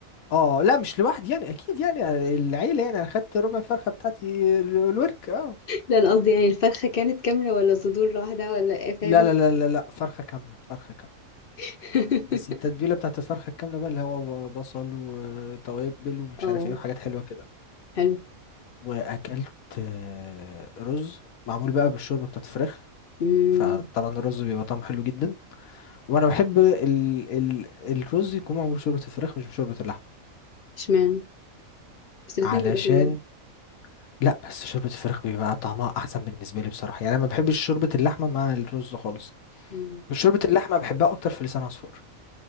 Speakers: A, on the left; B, on the left.
A: اه لا مش لوحدي يعني اكيد يعني العيله يعني انا خدت ربع فرخه بتاعتي ال- الورك اه
B: لا انا قصدي يعني الفرخه كانت كامله ولا صدور واحده ولا ايه فاهمني
A: لا لا لا لا لا فرخه كامله فرخه كامله
B: <laughs>
A: بس التتبيلة بتاعت الفرخة الكاملة بقى اللي هو بصل وتوابل ومش
B: اه
A: عارف ايه وحاجات حلوة كده
B: حلو
A: وأكلت آه، رز معمول بقى بالشوربة بتاعت الفراخ
B: امم
A: فطبعا الرز بيبقى طعمه حلو جدا وأنا بحب ال ال الرز يكون معمول بشوربة الفراخ مش بشوربة اللحمة
B: اشمعنى بس الاتنين
A: علشان
B: بيبقوا حلوين
A: لا بس شوربة الفراخ بيبقى طعمها أحسن بالنسبة لي بصراحة يعني أنا ما بحبش شوربة اللحمة مع الرز خالص
B: مم.
A: شوربة اللحمة بحبها أكتر في لسان عصفور